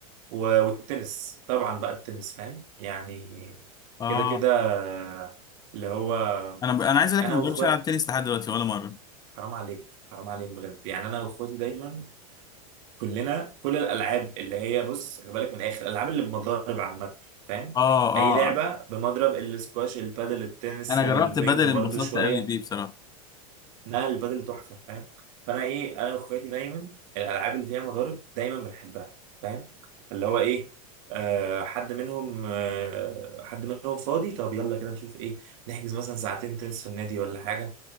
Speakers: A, on the right; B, on the left.
A: و- والتنس طبعا بقى التنس فاهم يعني
B: اه
A: كده كده آه، اللي هو
B: انا ب... انا عايز اقول
A: انا
B: لك انا
A: واخواتي
B: ما جربتش العب تنس لحد دلوقتي ولا مره
A: حرام عليك حرام عليك بجد يعني انا واخواتي دايما كلنا كل الالعاب اللي هي بص خلي بالك من الاخر الالعاب اللي بمضارب عامه فاهم
B: اه
A: اي
B: اه
A: لعبه بمضرب السكواش البادل التنس
B: انا
A: البنج
B: جربت بدل
A: برضو
B: انبسطت
A: شويه
B: قوي بيه بصراحه
A: لا البادل تحفه فاهم فانا ايه انا واخواتي دايما الالعاب اللي فيها مضارب دايما بنحبها فاهم اللي هو ايه آه حد منهم آه حد منهم فاضي طب يلا كده نشوف ايه نحجز مثلا ساعتين تنس في النادي ولا حاجه